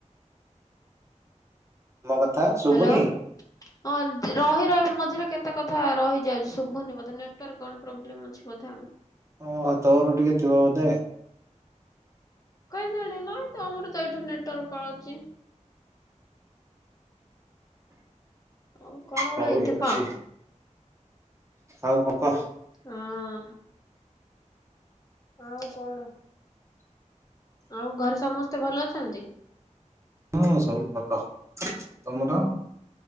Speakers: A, on the right; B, on the left.
A: ମୋ କଥା
B: ହ୍ୟାଲୋ।
A: ଶୁଭୁନି।
B: ହଁ ରହି ରହି ମଝିରେ କେତେ କଥା ରହିଯାଉଛି ଶୁଭୁନି ମତେ ନେଟୱାର୍କ କଣ ପ୍ରୋବ୍ଲେମ ଅ କିଛି କଥା ଆଉ।
A: ଓହୋ ଆଉ ତୋର ଟିକେ ଥିବ ବୋଧେ।
B: କାଇହିଁକଣ ନାଇଁ ତ ଆମର ତ ଏଇଠୁ ନେଟୱାର୍କ ପାଉଛି। ଆଉ। କଣ ଗୋଟେ
A: ହଉ
B: ହେଇଥିବ
A: ଠିକ ଅଛି
B: ଆଉ
A: ଆଉ କଣ କହ।
B: ହଁ। ଆଉ କଣ ଆଉ ଘରେ ସମସ୍ତେ ଭଲ ଅଛନ୍ତି।
A: ହଁ ସବୁ ଭଲ ତମର।